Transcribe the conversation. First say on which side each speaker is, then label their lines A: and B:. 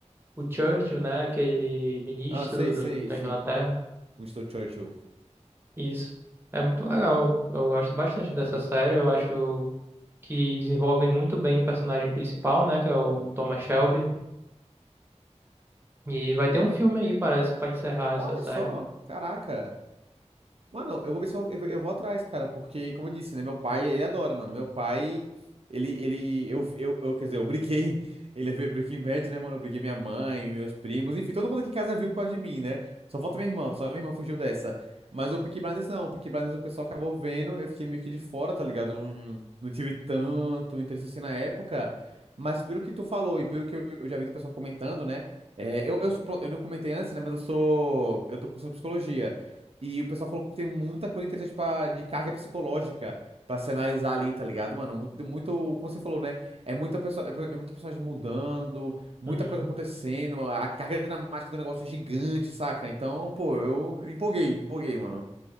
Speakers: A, on the right; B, on the right.
A: o Churchill, né? Aquele ministro
B: Ah, sei, sei,
A: do- da
B: sim.
A: Inglaterra.
B: Winston Churchill.
A: Isso. É muito legal. Eu gosto bastante dessa série. Eu acho que desenvolvem muito bem o personagem principal, né? Que é o
B: hum.
A: Thomas Shelby. E vai ter um filme aí, parece, pra encerrar essa
B: Olha
A: série.
B: só, caraca. Mano, eu vou ver se eu, eu, eu vou atrás, cara, porque, como eu disse, né, meu pai, ele adora, mano. Meu pai, ele, ele, eu, eu, eu, quer dizer, eu briguei, <laughs> ele veio Breaking Bad, né, mano? Eu briguei minha mãe, meus primos, enfim, todo mundo aqui em casa viu por causa de mim, né? Só falta minha irmã, só minha irmã fugiu dessa. Mas o Peaky Blinders não, o Peaky Blinders o pessoal acabou vendo, eu fiquei meio que de fora, tá ligado? Não, não tive tanto interesse assim na época. Mas pelo que tu falou e pelo que eu, eu já vi do pessoal comentando, né? é, eu, eu, sou- pronto, eu não comentei antes, né? Mas eu sou. Eu tô cursando psicologia. E o pessoal falou que tem muita coisa interessante pra, de carga psicológica pra se analisar ali, tá ligado, mano? Muito, muito, como você falou, né? É muita pessoa, é é muito personagem mudando, muita
A: Uhum.
B: coisa acontecendo, a carga dramática do negócio é gigante, saca? Então, pô, eu empolguei, empolguei, mano.